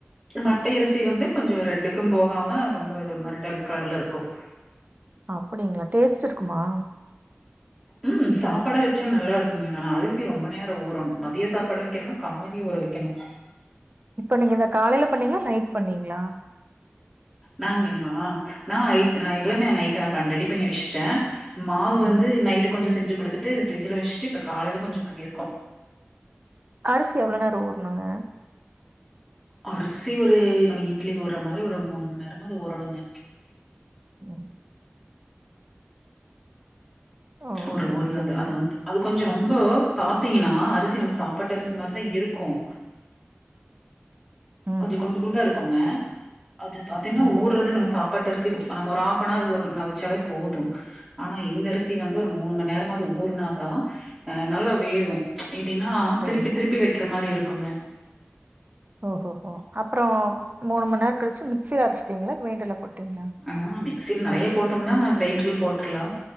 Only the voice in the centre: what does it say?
மட்டை அரிசி வந்து கொஞ்சோ ரெட்டுக்கும் போகாம ரொம்ப இது மாரி டல் கலர்ல இருக்கும்
ம் சாப்பாட வச்ச நல்லா இருக்குங்க ஆனா அரிசி ரொம்ப நேரம் ஊறணும் மதியம் சாப்பாடு வைக்கறனா காலைலே ஊற வைக்கணும்
நாங்களா நான் ஐட்
நான் எல்லாமே நைட் ரெடி பண்ணி வச்சுட்டேன் மாவு வந்து
நைட்டு கொஞ்சோ செஞ்சு குடுத்துட்டு இத ஃப்ரி்ஜ்ல வச்சுட்டு இப்ப காலையில கொஞ்சோ பண்ணிருக்கோம்
அரிசி ஒரு நம்ம இட்லிக்கு ஊருற மாரி ஒரு மூணு மநேரமாவது ஊரணுங்க
ஒரு
ஊர்நது
அது வந்துட்டு அது கொஞ்சம் ரொம்போ பாத்தீங்கன்னா அரிசி நம்ம சாப்பாட்டு அரிசி மாரிதான் இருக்கும்
கொஞ்சம் குண்டு குண்டா இருக்குங்க அது பாத்திங்கனா
ஊறது நம்ம சா பாட்டரிசி நம்ம ஒரு ஆஃபநார் ஊர வச்சாலே போதும் ஆனா இந்தரி சி வந்து ஒரு மூணு மநேரமாது ஊறனாதான் நல்லா வேகும் எப்டின்னா
திருப்பி திருப்பி வைக்கிற மாரி இருக்குங்க
ஆ மிக்சி நிறைய போட்டோம்னா கிரைண்டர்ல போட்ருலாம்